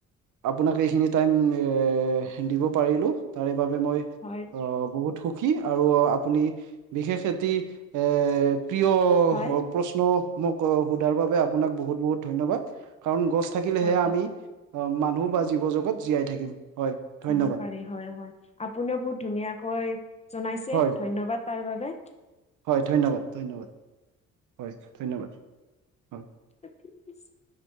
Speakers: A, on the right; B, on the left.
A: আপোনাক এইখিনি টাইম এহ দিব পাৰিলোঁ তাৰে বাবে মই
B: হয়।
A: অ', বহুত সুখী আৰু আপুনি বিশেষ এটি অ' প্ৰিয়
B: হয়
A: প্ৰশ্ন মোক সোধাৰ বাবে আপোনাক বহুত বহুত ধন্যবাদ, কাৰণ গছ থাকিলেহে
B: হয়
A: আমি অ', মানুহ বা জীৱ জগত জীয়াই থাকিম হয়।
B: আহিব
A: ধন্যবাদ
B: পাৰি, হয় হয় আপুনিও বহুত ধুনীয়াকৈ জনাইছে,
A: হয়
B: ধন্যবাদ তাৰ বাবে।
A: হয় ধন্যবাদ, ধন্যবাদ, হয় ধন্যবাদ। হয়
B: <unintelligible>